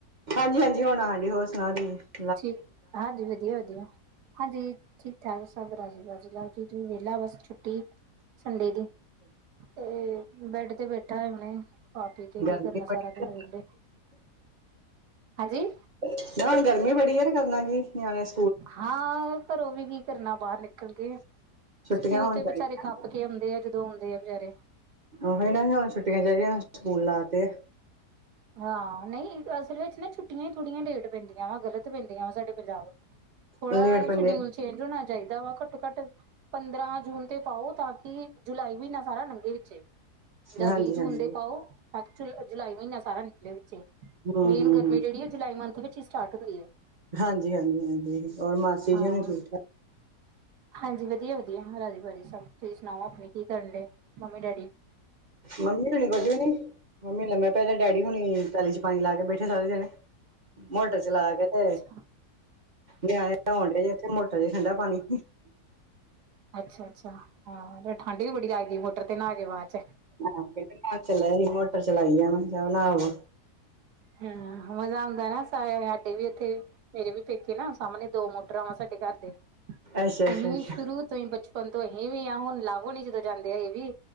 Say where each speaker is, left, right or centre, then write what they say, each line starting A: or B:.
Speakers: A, on the right (about 35°); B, on the right (about 80°).
A: ਹਾਂਜੀ-ਹਾਂਜੀ, ਹੁਣ ਆਣ ਡੀ। ਹੋਰ ਸੁਣਾਓ ਠੀਕ?
B: ਠੀਕ, ਹਾਂਜੀ, ਵਦੀਆ-ਵਦੀਆ, ਹਾਂਜੀ ਠੀਕ ਠਾਕ ਸਬ ਰਾਜੀ ਬਾਜੀ ਲ ਕੁਛ ਨੀ, ਵੇਲਾ ਬਸ ਛੁੱਟੀ ਸੰਡੇ ਦੀ। ਤੇ ਬੈਡ ਤੇ ਬੈਠਾ ਹੁਣੇ ਖਾ ਪੀ ਕੇ ਕੀ
A: ਗਰਮੀ
B: ਕਰਨਾ
A: ਬੜੀ
B: ਸਾਰਾ ਦਿਨ
A: ਨਾ
B: ਵੇਲੇ। ਹਾਂਜੀ।
A: <unintelligible> ਗਰਮੀ ਬੜੀ ਐ ਤੇ ਕਰਨਾ ਕੀ ਨਿਆਣਿਆਂ ਨੇ।
B: ਹਾਂ, ਘਰੋਂ ਵੀ ਕੀ ਕਰਨਾ ਬਾਹਰ ਨਿਕਲ ਕੇ।
A: ਛੁੱਟੀਆਂ
B: ਸਕੂਲ
A: ਹੋਣ
B: ਤੇ
A: ਚਾਹੀਦੀਆਂ
B: ਵਿਚਾਰੇ ਖੱਪ ਕੇ ਆਓਂਦੇ ਆ ਜਦੋਂ ਆਉਂਦੇ ਆ ਵਿਚਾਰੇ।
A: ਉਹੀ ਨਾ ਹੁਣ ਛੁੱਟੀਆਂ ਚਾਈਦੀਆਂ ਸਕੂਲ ਲਾ ਤੇ।
B: ਹਾਂ, ਨਈ ਅਸਲ ਵਿੱਚ ਨਾ ਛੁੱਟੀਆਂ ਈ ਥੋੜ੍ਹੀਆਂ ਲੇਟ ਪੈਂਦੀਆਂ ਵਾ ਗ਼ਲਤ ਪੈਂਦੀਆਂ ਵਾ ਸਾਡੇ ਪੰਜਾਬ ਥੋੜਾ
A: ਲੇਟ ਪੈਂਦੇ
B: ਸ਼ਡਿਊਲ
A: ਆ
B: ਚੇਂਜ ਹੋਣਾ ਚਾਈਦਾ ਵਾ। ਘੱਟੋ ਘੱਟ ਪੰਦਰਾਂ ਜੂਨ ਤੇ ਪਾਓ ਤਾਂ ਕਿ ਜੁਲਾਈ ਮਹੀਨਾ ਸਾਰਾ ਲੰਗੇ ਵਿੱਚੇ। ਜਾਂ
A: ਹਾਂਜੀ
B: ਵੀਹ ਜੂਨ
A: ਹਾਂਜੀ
B: ਦੇ
A: ਹੂੰ
B: ਪਾਓ ਐਕਚਲ ਜੁਲਾਈ ਮੀੱਨਾ ਸਾਰਾ ਨਿਕਲੇ ਵਿੱਚੇ।
A: ਹੂੰ
B: ਮੇਨ ਗਰਮੀ
A: ਹੂੰ
B: ਜੇੜੀ ਐ ਜੁਲਾਈ ਮੰਥ ਵਿੱਚ ਈ ਸਟਾਰਟ ਹੋਈ ਐ।
A: ਹਾਂਜੀ, ਹਾਂਜੀ, ਹਾਂਜੀ, ਹੋਰ ਮਾਸੀ
B: ਹਾਂ
A: ਜੀ ਹੁਣੇ ਠੀਕ ਠਾਕ।
B: ਹਾਂਜੀ, ਵਦੀਆ-ਵਦੀਆ ਰਾਜੀ ਵਾਜੀ ਸਬ ਤੁਸੀਂ ਸੁਣਾਓ ਅਪਣੇ ਕੀ ਕਰਨ ਡੇ ਆ ਮੰਮੀ ਡੈਡੀ।
A: ਮੰਮੀ ਹੋਣੀ ਕੁੱਝ ਵੀ ਨੀ। ਮੰਮੀ ਲੰਮੇ ਪਏ ਨੇ, ਡੈਡੀ ਹੁਣੀ ਪੈਲੀ ਚ ਪਾਣੀ ਲਾ ਕੇ ਬੈਠੇ ਸਾਰੇ ਜਾਣੇ। ਮੋਟਰ ਚਲਾ ਕੇ ਤੇ
B: ਅੱਛਾ
A: ਨਿਆਣੇ ਨੌਣ ਡੇ ਆ ਮੋਟਰ। ਹਜੇ ਠੰਡਾ ਪਾਣੀ
B: ਅੱਛਾ-ਅੱਛਾ, ਹਾਂ, ਫੇਰ ਠੰਡ ਵੀ ਬੜੀ ਲਗਦੀ ਮੋਟਰ ਤੇ ਨਾਹ ਕੇ ਬਾਦ ਚ।
A: ਹਾਂ ਕਹਿੰਦੇ ਨਾਹਣ ਚੱਲੇ ਸੀ ਮੋਟਰ ਚਲਾਈ ਆ ਮੈਂ ਕਿਆ ਨਾਵੋ।
B: ਹੂੰ, ਮਜ਼ਾ ਆਉਂਦਾ ਨਾ ਸਾਡੇ ਵੀ ਇੱਥੇ ਮੇਰੇ ਵੀ ਪੇਕੇ ਨਾ ਸਾਮਣੇ ਦੋ ਮੋਟਰਾ ਵਾਂ ਸਾਡੇ ਘਰ ਦੇ
A: ਅੱਛਾ
B: ਅਸੀਂ
A: ਅੱਛਾ
B: ਵੀ
A: ਅੱਛਾ
B: ਸ਼ੁਰੂ ਤੋਂ ਈ ਬਚਪਨ ਤੋਂ ਅਸੀਂ ਵੀ ਹਾਂ ਹੁਣ ਲਾਵੋ ਨੀ ਜਦੋਂ ਜਾਂਦੇ ਆ ਇਹ ਵੀ।